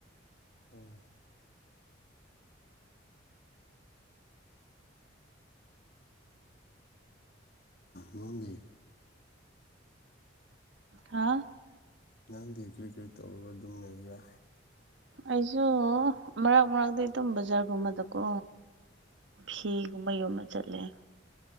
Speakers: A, on the left (about 55°); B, on the right (about 70°).
A: ꯎꯝ ꯅꯪꯗꯤ
B: ꯍꯥꯥ
A: ꯅꯪꯗꯤ ꯀꯔꯤ ꯀꯔꯤ ꯇꯧꯔꯒ ꯑꯗꯨꯝ ꯂꯩꯕ꯭ꯔ
B: ꯑꯩꯖꯨ ꯃꯔꯛ ꯃꯔꯛꯇꯤ ꯇꯨꯝ ꯕꯖꯥꯔꯒꯨꯝꯕꯗꯀꯣ ꯐꯤꯒꯨꯝꯕ ꯌꯣꯟꯕ ꯆꯠꯂꯦ